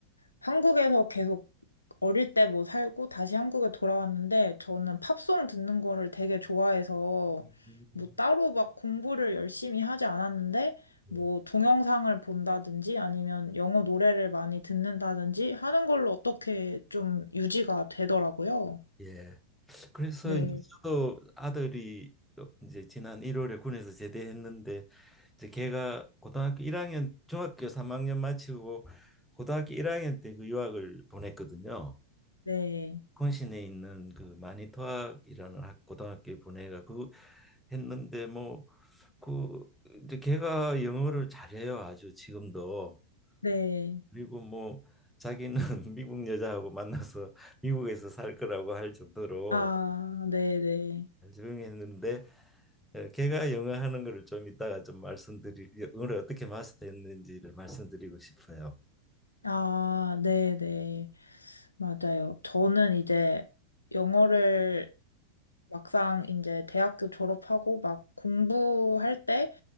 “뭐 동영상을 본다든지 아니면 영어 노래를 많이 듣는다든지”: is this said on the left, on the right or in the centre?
Left